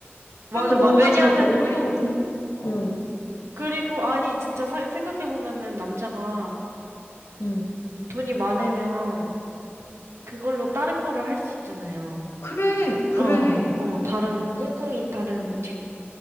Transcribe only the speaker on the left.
그리고 너가
잘 모를 것 같은데? 어,
응.
그래, 그래.